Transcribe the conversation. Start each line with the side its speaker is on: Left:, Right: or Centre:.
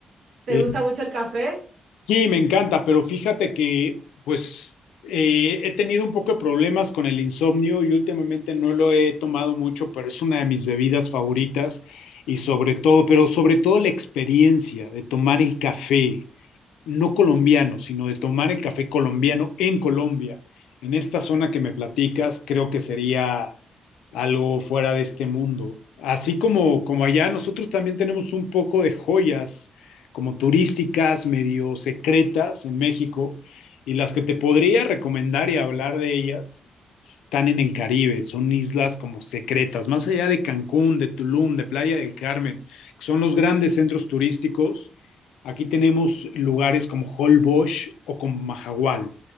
Right: ¿Te
Left: Eh,
Right: gusta mucho el café?
Left: Sí, me encanta, pero fíjate que pues eh, he tenido un poco de problemas con el insomnio y últimamente no lo he tomado mucho, pero es una de mis bebidas favoritas y sobre todo, pero sobre todo la experiencia de tomar el café no colombiano, sino de tomar el café colombiano en Colombia. En esta zona que me platicas, creo que sería algo fuera de este mundo. Así como, como allá, nosotros también tenemos un poco de joyas como turísticas, medio secretas en México, y las que te podría recomendar y hablar de ellas están en el Caribe, son islas como secretas, más allá de Cancún, de Tulum, de Playa del Carmen, que son los grandes centros turísticos. Aquí tenemos lugares como Holbox o como Mahahual,